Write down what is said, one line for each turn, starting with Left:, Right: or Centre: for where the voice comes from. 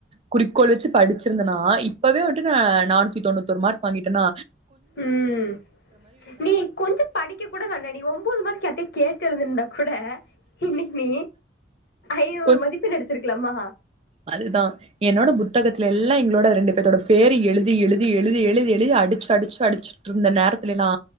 Right: குறிக்கோள் வச்சு படிச்சிர்ந்தனா இப்பவே வன்ட்டு நா நானூத்தி தொண்ணூத்தொரு மார்க் வாங்கிட்டனா
Left: உம் நீ கொஞ்சோ படிக்க கூட வேணாடி ஒம்போது மார்க் யார்டா கேட்டெழுதிற்ந்தா கூட இன்னைக்கு ஐநூறு
Right: கொஞ்ச
Left: மதிப்பெண் எடுத்திருக் குலாமா
Right: அதுதா என்னோட புத்தகத்துல எல்லா எங்களோட ரெண்டு பேர்த்தோட பேர எழுதி எழுதி எழுதி எழுதி எழுதி அடிச்சு அடிச்சு அடிச்சுட்ருந்த நேரத்துலிலா